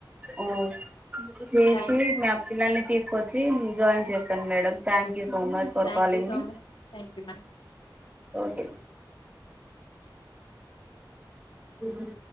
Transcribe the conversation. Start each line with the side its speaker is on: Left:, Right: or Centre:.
Right: ఓ <unintelligible> చేసి
Left: థ్యాంక్
Right: మీ పిల్లల్ని తీసుకొచ్చి జాయిన్ చేస్తాను madam thank so much for
Left: thank
Right: calling
Left: you so
Right: me
Left: much thank you ma'am
Right: okay um